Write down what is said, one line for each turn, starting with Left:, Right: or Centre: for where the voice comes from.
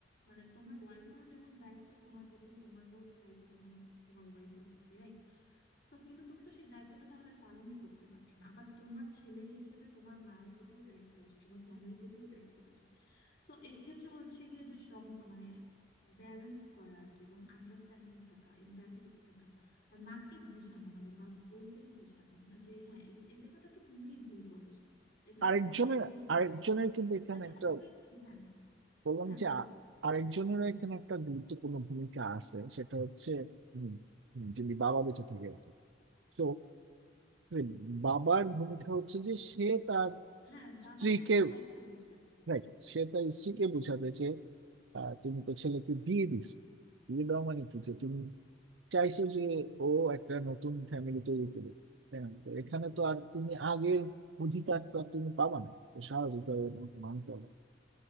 Left: মানে তোমার ওয়াইফেরও যেমন দায়িত্ব তোমার প্রতি তোমারও দায়িত্ব তেমন তোমার ওয়াইফের প্রতি right? সো কিন্তু তুমি তো সেই দায়িত্বটা তাহলে পালনই করতে পারছো না আবার তোমার ছেলে হিসেবে তোমার মায়ের প্রতিও দায়িত্ব আছে তোমার ফ্যামিলির প্রতিও দায়িত্ব আছে সো এই ক্ষেত্রে হচ্ছে গিয়ে যে সব মানে ব্যালেন্স করা আর কি এবং আন্ডারস্ট্যান্ডিং থাকা এমপ্যাথেটিক থাকা আর মাকে বোঝানো মানে বা বউকেও বোঝানো যে হ্যাঁ এই এই জায়গাটা তো তুমিই ভুল করেছো এভাবে
Right: আরেকজনের
Left: বলা সুন্দরভাবে
Right: আরেকজনের কিন্তু এখানে
Left: যাতে
Right: একটা
Left: অফেক্ট হ্যাঁ
Right: বললাম
Left: হ্যাঁ
Right: যে
Left: বলো
Right: আ- আরেকজনেরও এখানে একটা গুরুত্বপূর্ণ ভূমিকা আছে সেটা হচ্ছে উম, যদি বাবা বেঁচে থাকে আর কি। তো এই বাবার ভূমিকা হচ্ছে যে সে তার
Left: হ্যাঁ বাবা
Right: স্ত্রীকে
Left: যদি তার ওয়াইফকে বোঝায়
Right: রাইট সে তার স্ত্রীকে বোঝাবে যে আহ, তুমি তো ছেলেকে বিয়ে দিছো বিয়ে দেওয়া মানে কি যে তুমি চাইছো যে ও একটা নতুন ফ্যামিলি তৈরি করবে তাই না? তো এখানে তো আর তুমি আগের অধিকার তো আর তুমি পাবা না তো স্বাভাবিকভাবে তোমাকে মানতে হবে